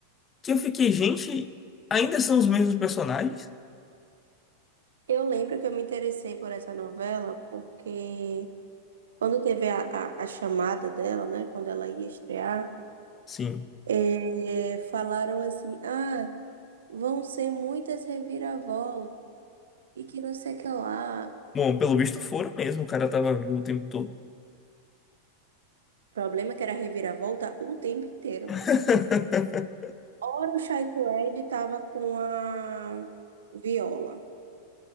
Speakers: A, on the left (about 25°); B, on the right (about 80°).
A: que eu fiquei, gente, ainda são os mesmos personagens?
B: Eu lembro que eu me interessei por essa novela porque Quando teve a, a, a chamada dela, né? Quando ela ia estrear,
A: Sim.
B: é, falaram assim: ah, vão ser muitas reviravoltas e que não sei o que lá.
A: Bom, pelo visto foram mesmo, o cara tava vivo o tempo todo.
B: O problema é que era reviravolta o tempo inteiro.
A: <laughs>
B: Ora o Chaito Ed tava com a Viola.